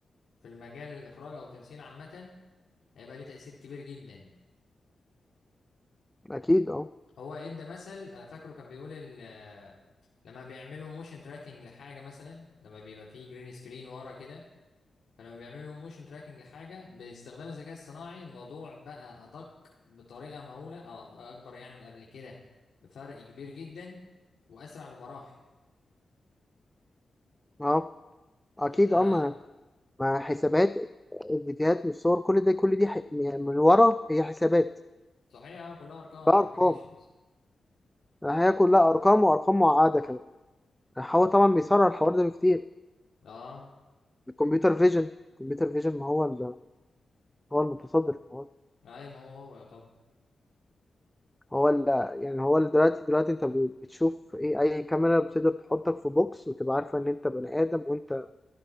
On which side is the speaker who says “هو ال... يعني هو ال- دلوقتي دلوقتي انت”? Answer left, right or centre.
Centre